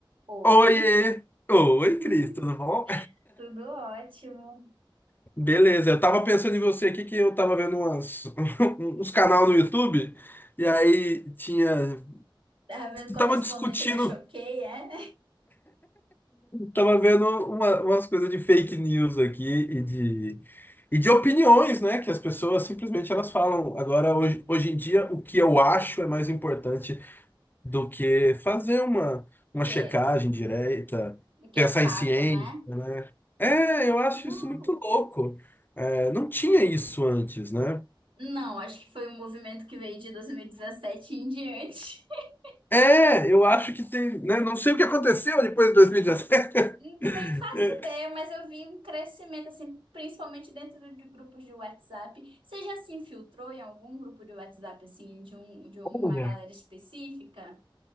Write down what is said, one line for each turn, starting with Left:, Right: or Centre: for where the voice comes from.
Right: Oi,
Left: Oiê! Oi,
Right: <laughs>
Left: Cris, tudo bom?
Right: Tudo ótimo.
Left: <laughs> Beleza, eu tava pensando em você aqui que eu tava vendo umas, <laughs> uns canal no YouTube e aí tinha.
Right: Tá vendo correspondente
Left: Tava discutindo,
Right: da Choquei, é?
Left: tava vendo uma- umas coisas de fake news aqui e de, e de opiniões, né? Que as pessoas simplesmente elas falam. Agora, hoje, hoje em dia, o que eu acho é mais importante do que fazer uma,
Right: <laughs>
Left: uma
Right: que,
Left: checagem direta,
Right: que
Left: pensar
Right: é fato,
Left: em ciência,
Right: né?
Left: né? É, eu acho
Right: Não.
Left: isso muito louco. É, não tinha isso antes, né?
Right: Não, acho que foi um movimento que veio de 2017 em diante. <laughs>
Left: É, é, eu acho que tem, né? Não sei o que aconteceu depois de 2017.
Right: Eu Também
Left: <laughs>
Right: não faço
Left: É,
Right: ideia, mas eu vi um crescimento, assim, principalmente dentro de grupos de WhatsApp. Você já se infiltrou em algum grupo de WhatsApp, assim, de, um, de uma
Left: Olha,
Right: galera específica?